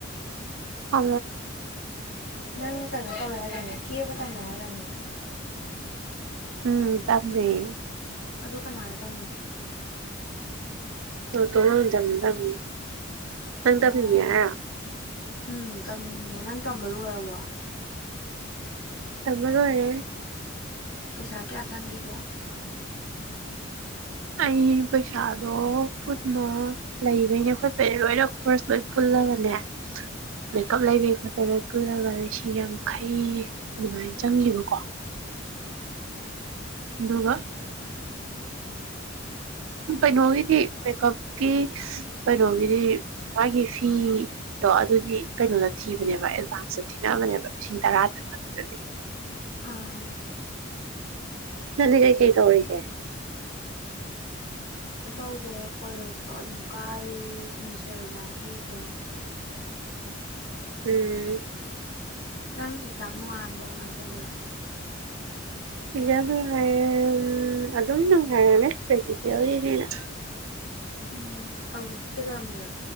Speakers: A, on the right; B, on the left.
A: ꯍ
B: ꯅꯪ ꯀꯩꯅꯣ ꯇꯧꯋꯦ ꯍꯥꯏꯇꯥꯅꯦ ꯀꯦꯕ ꯇꯝꯃꯦ ꯍꯥꯏꯔꯅꯦ
A: ꯎꯝ ꯇꯃꯦꯃꯦ
B: ꯑꯗꯨ ꯀꯅꯥꯅ ꯇꯣ
A: ꯑ ꯇꯝꯅꯤ ꯅꯪ ꯇꯕꯉꯌꯥ
B: ꯑꯣ ꯎꯝ ꯇꯝꯅꯤꯡꯉꯦ ꯅꯪ ꯇꯝꯕ ꯂꯣꯏꯔꯕꯣ
A: ꯇꯃꯒ ꯑꯣꯏꯔꯦ
B: ꯄꯩꯁꯥ ꯀꯌꯥ ꯆꯪꯈꯤꯒꯌꯥ
A: ꯑꯩ ꯄꯩꯁꯥꯗꯣ ꯐꯠꯅ ꯂꯩꯕꯩꯅꯦ ꯈꯣꯠꯄꯩꯅꯦ ꯂꯣꯏꯅ ꯈꯣꯔꯁ ꯂꯣꯏ ꯄꯨꯜꯂꯒꯅꯦ ꯃꯦꯀꯞ ꯂꯩꯕꯒꯤ ꯈꯣꯠꯄꯩ ꯂꯣꯏ ꯄꯨꯜꯂꯒ ꯂꯤꯁꯤꯡ ꯌꯥꯡꯈꯩ ꯑꯗꯨꯃꯥꯏꯅ ꯆꯪꯈꯤꯕꯀꯣ ꯑꯗꯨꯒꯒ ꯀꯩꯅꯣꯒꯤꯗꯤ ꯃꯦꯀꯞꯀꯤ ꯀꯩꯅꯣꯒꯤꯗꯤ ꯃꯥꯒꯤ ꯐꯤꯗꯣ ꯑꯗꯨꯗꯤ ꯀꯩꯅꯣꯗ ꯊꯤꯕꯅꯦꯕ ꯑꯦꯗꯚꯥꯟꯁꯇ ꯊꯤꯅꯕꯅꯦꯕ ꯂꯤꯁꯤꯡ ꯇꯔꯥꯇꯪ ꯑꯗꯨꯗꯗꯤ
B: ꯑꯥ
A: ꯅꯗꯤ ꯀꯩ ꯀꯩ ꯇꯧꯔꯤꯒꯦ
B: ꯀ ꯇꯧꯗꯦ ꯀꯣꯂꯦꯖꯀ ꯑꯗꯨꯝ ꯀꯥꯔꯤ ꯁꯦꯃꯤꯁꯇꯔ ꯑꯦꯛꯖꯥꯝ ꯄꯤꯈ꯭ꯔꯦ
A: ꯎꯝ
B: ꯅꯪ ꯆꯝꯅꯅꯨꯡꯉꯒꯇꯧꯕꯔ
A: ꯄꯖ ꯅꯨꯡꯉꯥꯏꯔꯝ ꯑꯗꯨꯝ ꯅꯨꯡꯉꯥꯏꯔꯝꯃꯦ ꯄ꯭ꯔꯦꯀꯤꯤꯇꯤꯔꯤꯅꯦꯅ
B: ꯎꯝ ꯍꯧꯥꯎꯖꯤꯗꯤ ꯀꯦꯗꯧꯔ ꯃꯅ